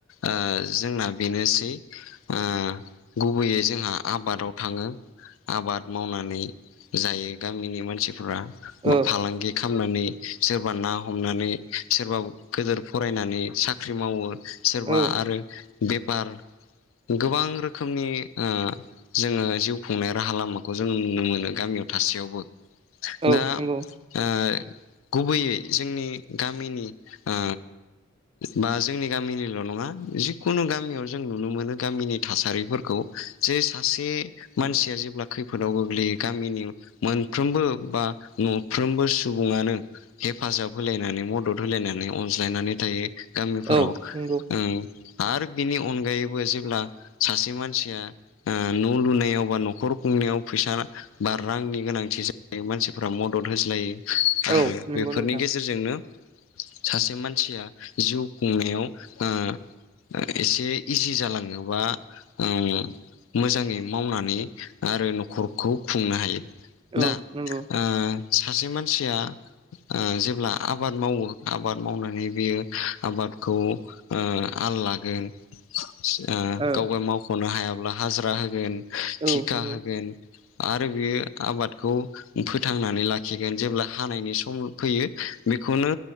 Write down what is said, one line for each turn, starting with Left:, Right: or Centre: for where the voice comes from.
Left: ओ जोंना बेनोसै ओ गुबैयै जोंहा आबादाव थाङो आबाद मावनानै जायो गामिनि मानसिफ्रा बा
Right: ओ
Left: फालांगि खालामनानै सोरबा ना हमनानै सोरबा गोदोर फरायनानै साख्रि मावो सोरबा
Right: ओ
Left: आरो बेफार गोबां रोखोमनि ओ जोङो जिउ खुंनाय राहा लामाखौ जों नुनो मोनो गामियाव थासेयावबो
Right: औ
Left: दा
Right: नंगौ
Left: ओ गुबैयै जोंनि गामिनि ओ बा जोंनि गामिनिल' नङा जिखुनु गामियाव जों नुनो मोनो गामिनि थासारिफोरखौ खौ जे सासे मानसिया जेब्ला खैफोदाव गोग्लैयो गामिनि मोनफ्रोमबो बा न'फ्रोमबो सुबुङानो हेफाजाब होलायनानै मदद होलायनानै अनज्लायनानै नाथाय गामिफोराव
Right: औ नंगौ
Left: ओ आरो बिनि अनगायैबो जेब्ला सासे मानसिया ओ न' लुनायाव बा न'खर <unintelligible> फैसा बा रांनि गोनांथि जायो मानसिफोरा मदद होज्लायो आरो
Right: औ नंगौ
Left: बेफोरनि
Right: नोंथां
Left: गेजेरजोंनो सासे मानसिया जिउ खुंनायाव ओ एसे इजि जालाङोबा ओ मोजाङै मावनानै आरो नख'रखौ खुंनो हायो दा
Right: औ नंगौ
Left: ओ सासे मानसिया ओ जेब्ला आबाद मावो आबाद मावनानै बियो आबादखौ ओ आल लागोन ओ
Right: ओ
Left: गाव गाय मावख'नो हायाब्ला हाजिरा होगोन थिखा
Right: औ नंगौ
Left: होगोन आरो बेयो आबादखौ फोथांनानै लाखिगोन जेब्ला हानायनि सम फैयो बेखौनो